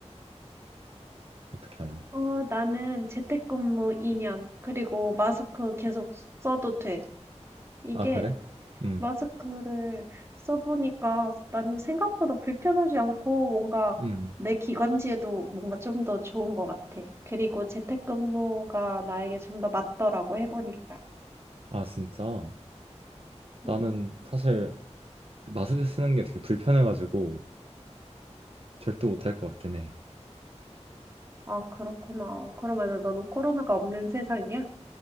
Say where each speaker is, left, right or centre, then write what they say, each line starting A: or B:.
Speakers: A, on the right; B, on the right.
A: 어떻게 할래?
B: 어, 나는 재택근무 2년, 그리고 마스크 계속 써도 돼. 이게
A: 아, 그래? 음,
B: 마스크를 써보니까 나는 생각보다 불편하지 않고 뭔가
A: 음.
B: 내 기관지에도 뭔가 좀 더 좋은 것 같아. 그리고 재택근무가 나에게 좀 더 맞더라고 해보니까.
A: 아, 진짜? 나는
B: 응.
A: 사실 마스크 쓰는 게 되게 불편해가지고 절대 못할 것 같긴 해.
B: 아, 그렇구나. 그러면은 너는 코로나가 없는 세상이야?